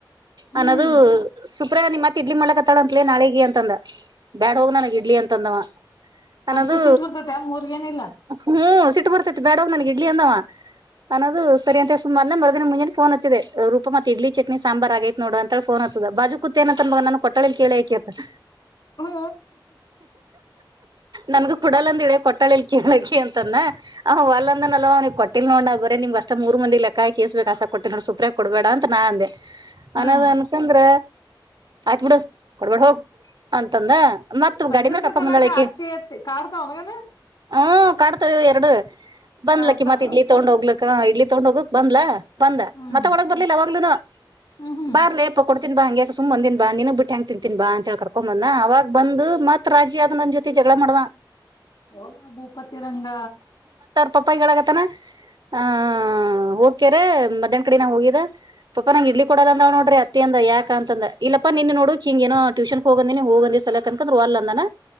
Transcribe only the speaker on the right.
ಅನ್ನದು ಸುಪ್ರ ನಿ ಮತ್ ಇಡ್ಲಿ ಮಾಡಕತ್ತಾಳ ಅಂತಲ ನಾಳೆಗಿ ಅಂತ ಅಂದ ಬ್ಯಾಡ ಹೋಗ್ ನನಗ ಇಡ್ಲಿ ಅಂತಂದವ. ಅನ್ನದು
ಹ್ಮ್ ಸಿಟ್ಟ ಬರ್ತೇತಿ ಬೇಡ ಹೋಗ್ ನನಗೆ. ಇಡ್ಲಿ ಅಂದವ ಅನ್ನದು. ಸರಿ ಅಂತ ಸುಮಾರ ಮರದಿನ ಮುಂಜಲೇ ಫೋನ್ ಹಚ್ಚಿದೆ ರೂಪ ಮತ್ ಇಡ್ಲಿ ಚಟ್ನಿ ಸಾಂಬಾರ್ ಆಗೈತ್ ನೋಡ. ಳ ಫೋನ್ ಹಚ್ಚದಗ ಬಾಜು ಕುತ್ತ ಏನ ಅಂತನ್ ನನಗ ಕೊಟ್ಟಳ ಇಲ ಕೇಳಿಕ ಅಂತನ್.
ನನಗೆ ಕೊಡಲ್ಲ ಅಂದಳ ಕೊಟ್ಟಳಕ್ಕೆ ಕೇಳಕಿ ಅಂತಾನ ಅ ವಲ್ಂದನ ಅವಿಗೆ ಕೊಟ್ಟಿಲ್ ನೋಡ. ಬರೇ ನಿಮ್ ಅಷ್ಟ ಮೂರ ಮಂದಿ ಲೆಕ್ಕಾ ಸ್ಬೇಕಕ್ಸ ಕೊಟ್ಟ ಸೂಪ್ರೆ ಕೊಡಬೇ ಅ ನಾ ಅಂದೆ.
ಅನ್ನದ್
ಅನ್ಕಂದ್ರ ಆಯತ್ ಬಿಡ ಕೊಡ್ಬಿಡ ಹೋಗ ಅಂತಂದ. ಮತ್
ಗಾಡಿ ಮೇಲ್ ಕರ್ಕೊಂಡ್ ಬಂದಾಳಕಿ
ಹ್ಮ ಕಾಡ್ತೇ ಎರಡು ಬಂದ್ಲಕ್ಕಿ
ಮತ್ ಇಡ್ಲಿ ತೊಗೊಂಡ್ ಹೋಗ್ಲಕ್ಕ ಇಡ್ಲಿ ತಗೊಂಡ್ ಹೋಗಕ್ ಬಂದ್ಲ. ಬಂದ
ಮತ್ತೆ ಒಳಗ್ ಬರ್ಲಿಲ್ಲ ಅವಾಗ್ಲೂನು
ಬಾರ್ಲಪ ಕೊ. ಬಾ ಹಂಗೆ ಸುಮ್ಮ ಅಂದಿನಿ ಬಾ ನೀನು ಬಿಟ್ಟ ಹ ಹೆಂ ತಿಂತೀನ್ ಬಾ ಅಂತ ಹೇಳಳ್ ಕರ್ಕೊ ಬಂದ ಅವಾಗ ಬಂದು. ಮತ್ ರಾಜಿ ಆದ ನನ್ ಜೊತೆ ಜಗಳ ಮಾಡನ.
ಪಪ್ಪಾಯಿಗಳಗತನ ಆ ಹೋಗಕ್ಯಾರ ಮಧ್ಯಾಹನ ಕಡಿನ ಹೋಗಿದ. ಪಪ್ಪಾ ನಂಗ ಇಡ್ ಕೊಡದ ಅಂದಾಳ್ ನೋಡ್ರಿ ಅಂದ ಯಾಕ ಅಂದ ಇಲ್ಲಪ್ಪ ನಿನ್ ನೋಡುಕ್ ಹಿಂಗ ಟೂಷನ್ ಹೋಗಂದಿನ ನೀ ಹೋಗಂದ ಸಲಕ ಅಂತ. ಅಲ್ಲ ಅಂದ